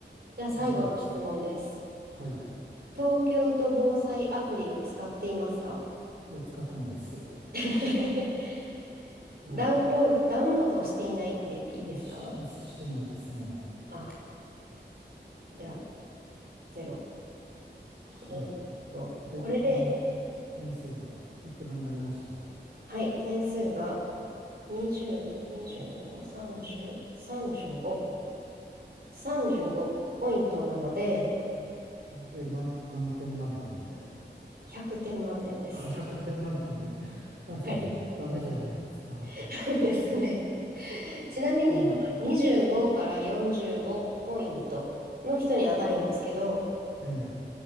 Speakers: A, on the right; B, on the right.
A: じゃあ最後の質問です。
B: うん。はい。
A: 東京都防災アプリを使っていますか
B: いや、使ってないです。はい。
A: <laughs> ダウンロード、
B: はい。
A: ダウンロードしていないでいいですか
B: し、してないですね。
A: あ、じゃあ、ゼロ。
B: はい。
A: うっと、
B: で、
A: これで、
B: この点数はいくらになりました
A: はい、点数が20、25、30、35、35ポイントなので、
B: あえ、なん、何点満点で。
A: 100点満点です。
B: あ、100点満点で。<laughs> あの、
A: はい。
B: ダメじゃないですか。
A: <laughs> ですね。ちなみに、
B: うん。
A: この25から45ポイントの人に当たるんですけど、
B: ね